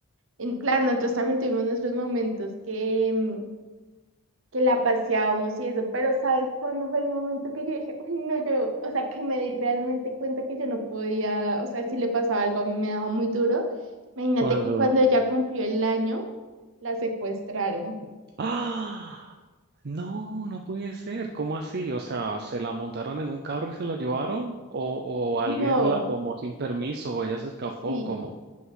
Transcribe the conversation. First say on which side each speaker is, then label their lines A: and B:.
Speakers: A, on the right; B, on the right.
A: En claro, nosotros también tuvimos nuestros momentos que, mm, que la paseábamos y eso, pero ¿sabes cuándo fue el momento que yo dije, uy, no, yo, o sea, que me di realmente cuenta que yo no podía, o sea, si le pasaba algo a mí me daba muy duro. Imagínate
B: Cuando
A: que cuando ella cumplió el año, la secuestraron.
B: ¡Ah! No, no puede ser. ¿Cómo así? O sea, ¿se la montaron en un carro y se la llevaron? ¿O, o alguien
A: No,
B: la tomó sin permiso o ella se escapó?
A: sí.
B: ¿Cómo?